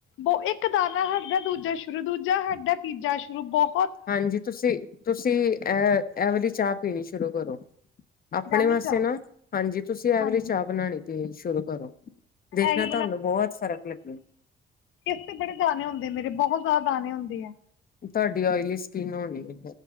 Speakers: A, on the left (about 85°); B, on the left (about 45°).
A: ਬੋ ਇੱਕ ਦਾਨ ਹਟਦਾ, ਦੂਜਾ ਸ਼ੁਰੂ ਦੂਜਾ ਹਟਦਾ, ਤੀਜਾ ਸ਼ੁਰੂ ਬਹੁ
B: ਹਾਂਜੀ, ਤੁਸੀਂ -ਤੁਸੀਂ ਅਹ ਐਵਲੀ ਚਾਹ ਪੀਣੀ ਸ਼ੁਰੂ ਕਰੋ, ਆਪਣੇ
A: ਦਾਨੀ
B: ਵਾਸਤੇ
A: ਚਾਹ
B: ਨਾ, ਹਾਂਜੀ, ਤੁਸੀਂ ਐਵਲੀ
A: ਹਾਂਜੀ
B: ਚਾਹ ਬਣਾਉਣੀ ਤੇ ਸ਼ੁਰੂ ਕਰੋ, ਦੇਖਣਾ
A: ਮੈਂ ਇਹੀ
B: ਤੁਹਾਨੂੰ ਬਹੁਤ ਫ਼ਰਕ ਲੱਗ
A: ਫੇਸ ਤੇ ਬੜੇ ਦਾਣੇ ਹੁੰਦੇ ਮੇਰੇ ਬਹੁਤ ਜ਼ਿਆਦਾ ਦਾਣੇ ਹੁੰਦੇ ਆ
B: ਤੁਹਾਡੀ ਓਇਲੀ ਸਕਿਨ ਹੋਣੀ ਹੈ।